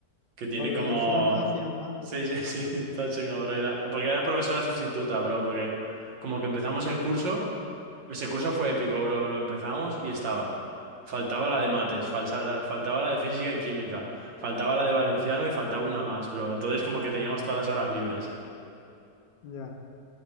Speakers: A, on the right; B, on the left.
A: Que tiene
B: Joder,
A: como...
B: full mafia, hermano.
A: Sí, sí, <laughs> sí, está chingo, bro. Y la- Porque era profesora sustituta, bro, porque como que empezamos el curso... Ese curso fue épico, bro. Lo empezamos y estaba. Faltaba la de mates, falsa- faltaba la de física y química, faltaba la de valenciano y faltaba una más, bro. Entonces como que teníamos todas las horas libres.
B: Ya.